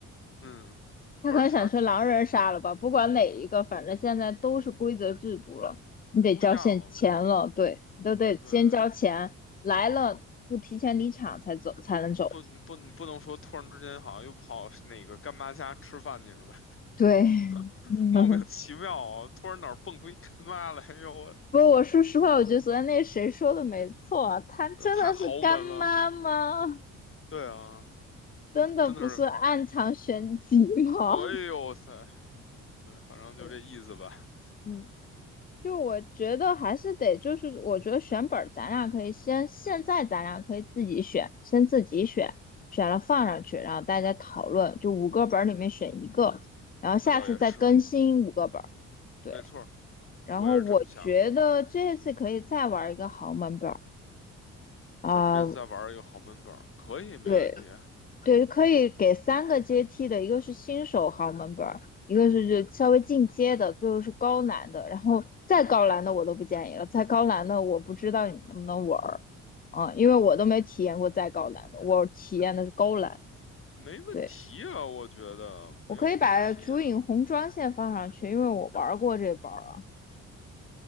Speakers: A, on the left; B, on the left.
A: 嗯，
B: 他可能想去狼人杀了吧？
A: 反正反正
B: 不管哪一个，反正现在都是规则制度了，你得交现钱了，
A: 都一样了嘛。
B: 对，你都得先交钱，
A: 对，
B: 来了不提前离场才走才能走。
A: 你不，你不，你不能说突然之间好像又跑哪个干妈家吃饭去是吧？
B: 对，
A: <laughs>
B: <laughs>
A: 莫名其妙啊，
B: 嗯
A: 突然哪儿蹦出一干妈来，哎呦我，
B: 不过我说实话，我觉得昨天那谁说的没错啊他真的是干妈吗？
A: 这太豪门了。对啊，
B: 真的不是暗藏玄机吗？
A: 真的是，哎呦塞，对，反正就这意思吧。
B: <laughs> 对，嗯。就我觉得还是得，就是我觉得选本儿，咱俩可以先，现在咱俩可以自己选，先自己选，选了放上去，然后大家讨论，就五个本儿里面选一个，然后下次再更新五个本儿，
A: 那倒也是，
B: 对。
A: 没错儿
B: 然后我觉得这次可以再玩一个豪门本儿
A: 我也是这么想的。
B: 啊，
A: 咱们这次再玩一个豪门本儿，可以，没问题啊。
B: 对，对，可以给三个阶梯的，一个是新手豪门本儿，一个是就稍微进阶的，最后是高难的，然后再高难的我都不建议了，再高难的我不知道你们能不能玩儿，啊，因为我都没体验过再高难的，
A: 嗯，
B: 我体验的是高难。
A: 没问题啊，
B: 对，
A: 我觉得没有问题啊。
B: 我可以把竹影红妆线放上去，因为我玩儿过这本儿啊。